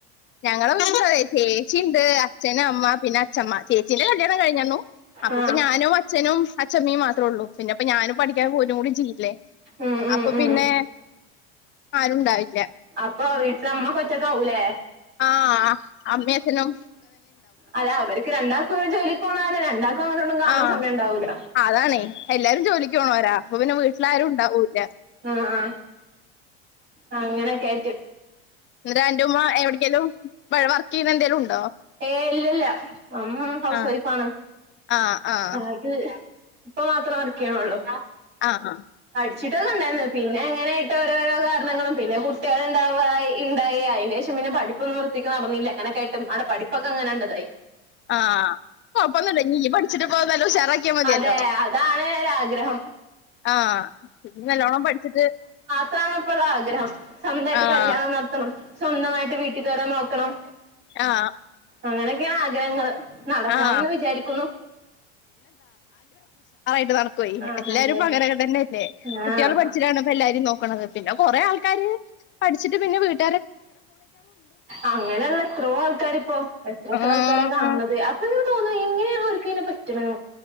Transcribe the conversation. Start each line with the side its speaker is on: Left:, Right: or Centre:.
Left: ഞങ്ങള് മൂന്ന് ചേച്ചീണ്ട് അച്ഛനമ്മ പിന്നെ അച്ചമ്മ. ചേച്ചീന്റെ കല്യാണം കഴിഞ്ഞന്നു അപ്പപ്പൊ
Right: ആഹ്
Left: ഞാനും അച്ഛനും അഛമ്മയും മാ ത്രോള്ളൂ പിന്നെപ്പ ഞാനും പഠിക്കാൻ പോരുംകൂടി ചെയ്യില്ലേ
Right: ഉം ഉം
Left: അപ്പൊപ്പിന്നെ
Right: ഉം
Left: ആരുണ്ടാവില്ല
Right: അപ്പൊ വീട്ട്ലമ്മ കൊച്ചക്കാവൂലേ
Left: ആഹ് അമ്മേഅച്ഛനും
Right: അല്ല അവരിക്ക് രണ്ടാൾക്കും ജോലിക്കോണകാണം രണ്ടാൾക്കും അങ്ങനൊന്നും കാണാ
Left: ആഹ്
Right: സമയൊണ്ടാവൂല
Left: അതാണേ എല്ലാരും ജോലിക്ക് പോണോരാ അപ്പൊ പിന്നെ വീട്ട്ലാരും ഉണ്ടാവൂല
Right: ആഹ് ആഹ് അങ്ങനെക്കെ ആയിറ്റ്
Left: എന്താ എൻ്റുമ്മ എവിടെക്കേലും വ വർക്ക് ചെയ്യുന്ന എന്തേലും ഉ
Right: ഏ ഇല്ലില്ല അം ഹൗസ്
Left: ആഹ്
Right: വൈഫാണ്
Left: ആഹ് ആഹ്
Right: ആത് ഇപ്പ മാത്രം വർക്കെയ്യണോള്ളൂ
Left: ആഹ് ആഹ്
Right: ച്ചിട്ടത് കണ്ടാരുന്നു പിന്നെ എങ്ങനെയിട്ട് ഓരോരോ കാരണങ്ങളും പിന്നെ കുട്ടികൾഇണ്ടാവായി അതിനു ശേഷം പിന്നെ പഠിപ്പൊന്നും വൃത്തിക്ക് നടന്നയില്ല അങ്ങനൊക്കെആയ്ട്ടും ആൾടെ പഠിപ്പൊക്കെ അങ്ങനെണ്ടതായി
Left: ആഹ് കോഴപ്പൊന്നുല്ല നീയ്യ് പഠിച്ചിട്ടിപ്പോ നല്ലുഷാറാക്കിയാ മതിയല്ലോ
Right: അതെ അതാണ് ഒരാഗ്രഹം
Left: ആഹ് നല്ലോണം പഠിച്ചിട്ട്
Right: അത്രാണിപ്പൊള്ള ആഗ്രഹം സ്വന്തായിട്ട്
Left: ആഹ്
Right: കല്യാണം നടത്തണം സ്വന്തമായിട്ട് വീട്ടീത്തോരെ നോക്കണം
Left: ആഹ്
Right: അങ്ങനെയൊക്കെയാണ് ആഗ്രഹങ്ങള് നടക്കണംന്ന്
Left: ആഹ്
Right: വിചാരിക്കുന്നു
Left: ൻ്റനടക്കുഅയ്ന്
Right: ആഹ്
Left: എല്ലാരുപ്പങ്ങനൊക്കെത്തന്നെയല്ലേ
Right: അതെ ആഹ്
Left: കുട്ടികാള് പഠിച്ചിട്ടാണ് ഇപ്പ എല്ലാരും നോക്കണത് പിന്ന കൊറെ ആൾക്കാര് പഠിച്ചിട്ട് പിന്നെ വീട്ട
Right: അങ്ങനെള്ള എത്രോ ആൾക്കാരിപ്പോ എത്ര എത്ര
Left: ആഹ്
Right: ആൾക്കാരാ കാണ് ണത് അപ്പൊ എങ്ങനെ തോന്നും എങ്ങനെയാണ് ഓർക്ക് ങ്ങനെ പറ്റ്ണത്